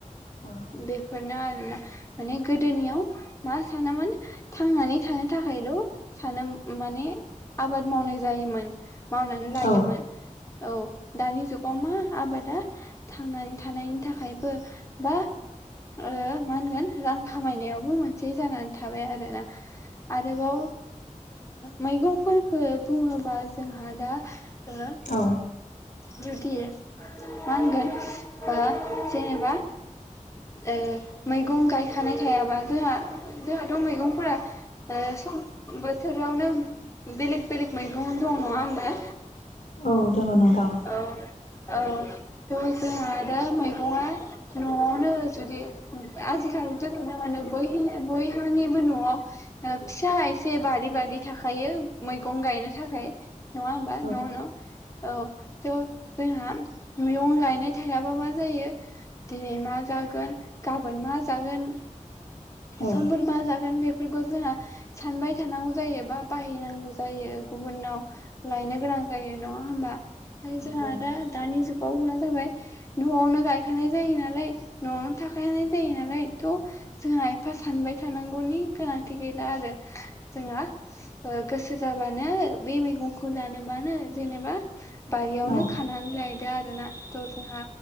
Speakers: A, on the left; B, on the left.
A: औ
B: बेफोरनो आरोना माने गोदोनियाव मा सानोमोन थांनानै थानो थाखायल' सानो माने आबाद मावनाय जायोमोन मावनानै लायोमोन
A: औ
B: औ दानि जुगाव मा आबादा थांनानै थानायनि थाखायबो बा ओ मा होनगोन रां खामायनायावबो मोनसे जानानै थाबाय आरोना आरोबाव मैगंफोरफोरखो बुङोबा जोंहा दा ओ
A: औ
B: जुदि मा होनगोन ओ जेनेबा ओ मैगं गायखानाय थायाबा जोंहा जोंहाथ' मैगंफोरा सं बोथोरावनो बेलेग-बेलेग मैगं दं नङा होमबा
A: औ दङ नोंथां
B: औ औ थ' जोंहा दा मैगंआ न'आवनो जुदि आजिखालिथ' नुनो मोनो बय-बयहानिबो न'आव फिसा एसे बारि बारि थाखायो मैगं गायनो थाखाय नङा होमबा न'
A: औ
B: न' औ जोंहा मैगं गायनाय थायाबा मा जायो दिनै मा जागोन गाबोन मा जागोन
A: औ
B: समफोर मा जागोन बे बेफोरखौ जोंहा सानबाय थानांगौ जायो बा बायहैनांगौ जायो गुबुनाव लायनो गोनां जायो नङा होमबा ओमफाय
A: नंगौ
B: जोंहा
A: नोंथां
B: दा मा जाबाय न'आवनो गायखानाय जायो नालाय न'आवनो थाखानाय जायो नालाय थ' जोंहा ओ एफा सानबाय थानांगौनि गोनांथि गैला आरो जोंहा ओ - गोसो जाबानो बे मैगं खौ जानबानो जेनेबा बारियावनो
A: औ
B: खानानै लाय दो आरोना थ' जोंहा